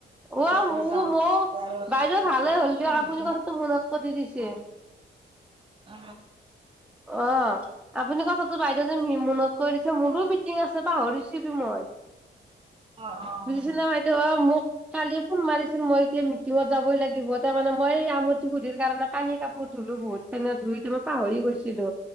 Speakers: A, in the centre; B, on the right.
A: অ
B: এতিয়া আৰু
A: মো
B: যাওঁ
A: ম
B: আৰু অলপ
A: বাইদেউ
B: দেৰিকে
A: ভালে
B: গোটৰ
A: হ'ল দিয়ক
B: মিটিং
A: আপুনি কথাটো
B: আছে
A: মনত প দি দিছে।
B: অ অ।
A: অ আপুনি কথাাতটো বাইদেউ যেন হি মনক কৈ দিছে মোৰো মিটিং আছে পাহৰিছে মই
B: অ
A: বুজিছ
B: অ
A: ন বাইদেউ অ মোক কালি ফোন মাৰিছিলোন মই এতিয়া মিটিঙত যাবই লাগিব তাৰ মে মই এই আমঠি গুধিৰ কাৰণে কানি কাপোৰ ধো ো বহুত খান ধুই মই পাহৰি গৈছিলো